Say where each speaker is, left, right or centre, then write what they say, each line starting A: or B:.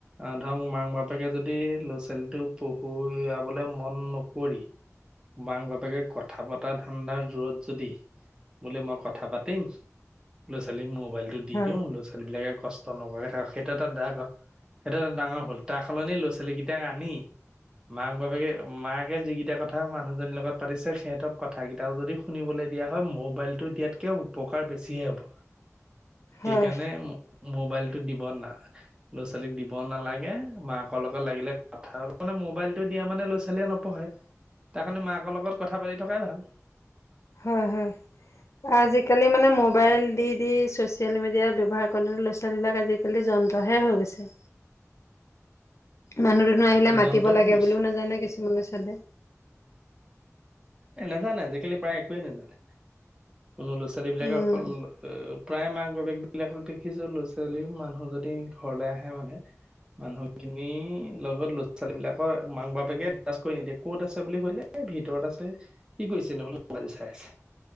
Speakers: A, on the right (about 15°); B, on the left (about 60°).
A: আহ ধৰক মাক বাপেকে যদি ল'ৰা ছোৱালীটো পঢ়াবলে মন নকৰি। মাক বাপেকে কথা পতৰা ধান্দাৰ জোৰত যদি বোলে মই কথা পাতিম লৰা ছোৱালী মল দি
B: হয়,
A: দিওঁ ল'ৰা ছোৱালী বিলাকে কষ্ট নকৰাকে থাকক সেইটো এটা বেয়া সেইটো এটা ডাঙৰ ভুল তাৰ সলনি ল'ৰা ছোৱালীকেইটাক আনি মাক বাবেকে মাকে যিকেইটা কথা মানুহজনীৰ লগত পাতিছে সিহঁতক কথথাাকেইটাও যদি শুনিবলৈ দিয়া হয় মোৰ মোবাইলতটো দিয়াতকে উপকাৰ বেছিহে হ'ব
B: হয়।
A: সেইকাৰণে মোবাইলতটো দিব না ল'ৰাোৱালীক দিব নালাগে। মাকৰ লগত লাগিলে কথা মানে মোবাইলতটো দিয়া মানে ল'ৰাোৱালীয়ে ন পঢ়ে তাৰ কাৰণে মাকৰ লগত কথা পাতি থকাই ভাল
B: হয়, হয়। আজিকালি মানে মোবাইল দি দি ছচিয়েল মিডিয়া ব্যৱহাৰ কৰেলে ল'ৰা ছোৱালী বিলিলাক আজি জালি যন্ত্ৰহে হৈ গৈছে মানহ ধনু আহিলে মাতি
A: যন্ত্ৰ
B: লাগে
A: হৈ গৈছে
B: বুলিও নাজানে কিছুমানলৈ চালে
A: এ নাজানে আজিকালি প্ৰায় একোৱে নাজানে কোনো ল'ৰা ছোৱালী বিলাকে
B: উম
A: অকল প্ৰায় মাক বকী বিলাক দেখিছো ল'ৰা ছোৱালী মানুহ যদি ঘৰলে আহে মানে মানুহখিনি লগত ল'ৰা ছোৱালী বিলাকৰ মাক বাপেকে এড্ৰাষ্ট কৰি নিদিয়ে ক'ত আছে বুলি ক'লে এই ভিতৰত আছে। কি কৰিছে নো বোলো ম'বাইল চাই আছে।